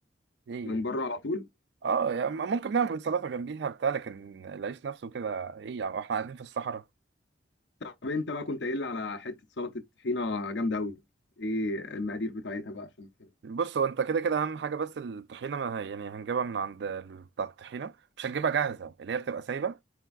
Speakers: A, on the right (about 60°); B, on the left (about 65°).
A: ايه
B: من بره على طول
A: اه يا عم ممكن نعمل سلطه جنبيها بتاع لكن العيش نفسه كده ايه يا عم احنا قاعدين في الصحراء
B: طب انت بقى كنت قايل لي على حته سلطه طحينه جامده قوي ايه المقادير بتاعتها بقى عشان كده
A: بص هو انت كده كده اهم حاجه بس الطحينه ما هي- يعني هنجيبها من عند ال- بتاع الطحينه مش هنجيبها جاهزه اللي هي بتبقى سايبه